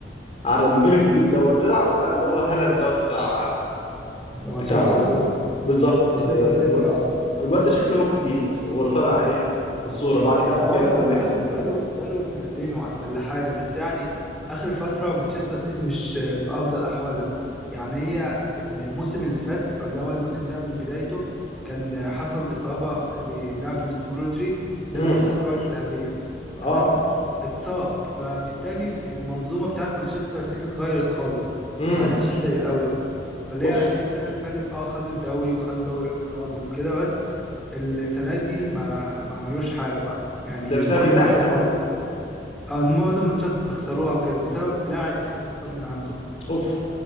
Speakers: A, on the left; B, in the centre.
A: على الجيل الجديد دوت غير اعرف بقى اللي هو هالاند دوت بتاع
B: مانشستر
A: بتاع
B: سيتي
A: بالظبط
B: مانشستر
A: آه،
B: سيتي اه
A: الواد ده شكله هو الجديد هو اللي طالع ايه في الصورة بعد
B: ده
A: كريستيانو
B: هو ب-
A: وميسي
B: بقاله بقاله بقاله سنتين وح- ولا حاجة بس يعني آخر فترة مانشستر سيتي مش في أفضل أحوالها يعني هي الموسم اللي فات أو اللي هو الموسم ده من بدايته كان حصل إصابة للاعب اللي اسمه رودري ده
A: امم
B: اللي واخد الكرة مم. الذهبية تمام
A: اه
B: اتصاب فبالتالي المنظومة بتاعت مانشستر سيتي اتغيرت خالص
A: امم
B: ما عادتش مم. زي الأول فاللي
A: اوف
B: هي السنة اللي فاتت اه خدوا الدوري وخدوا دوري الأبطال وكده بس السنة دي ما ما عملوش حاجة بقى يعني
A: ده بسبب
B: كل
A: اللاعب
B: ماتشات
A: دوت
B: مصر آه، معظم الماتشات بيخسروها وكده بسبب لاعب بس اتصاب من عندهم
A: اوف